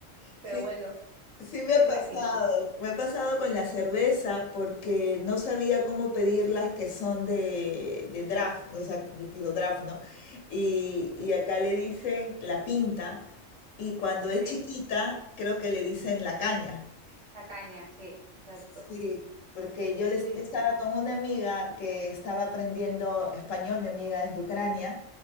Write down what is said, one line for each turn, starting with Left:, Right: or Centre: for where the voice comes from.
Left: Sí,
Right: Pero bueno,
Left: Sí me
Right: es
Left: ha pasado,
Right: gracioso.
Left: me ha pasado con la cerveza porque no sabía cómo pedir las que son de, de draft, o sea, yo pido draft, ¿no? Y, y acá le dicen la pinta y cuando es
Right: Sí,
Left: chiquita creo que le dicen la caña.
Right: la caña, sí, exacto.
Left: Sí, porque yo, les,
Right: Sí,
Left: yo estaba
Right: sí.
Left: con una amiga que estaba aprendiendo español, mi amiga es de Ucrania,